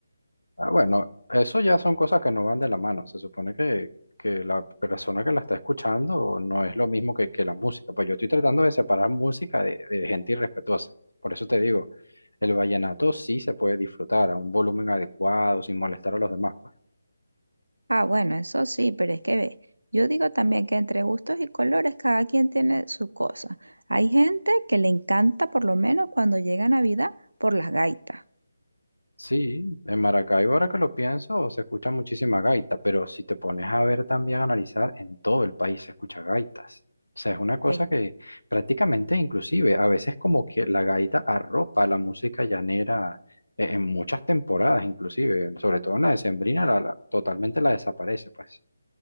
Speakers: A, on the left; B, on the right.
A: Ah, bueno, eso ya son cosas que no van de la mano. Se supone que, que la persona que la está escuchando no es lo mismo que, que la música. Pues yo estoy tratando de separar música de, de gente irrespetuosa. Por eso te digo, el vallenato sí se puede disfrutar a un volumen adecuado, sin molestar a los demás. pues.
B: Ah, bueno, eso sí, pero es que ve, yo digo también que entre gustos y colores cada quien tiene su cosa. Hay gente que le encanta por lo menos cuando llega Navidad por las gaitas.
A: Sí, en Maracaibo, ahora que lo pienso, se escucha muchísima gaita, pero si te pones a ver también, a analizar, en todo el país se escucha gaitas. O sea, es una cosa
B: Sí.
A: que prácticamente, inclusive, a veces como que la gaita arropa la música llanera eh, en muchas temporadas, inclusive, sobre todo en la decembrina, la- la- totalmente la desaparece, pues.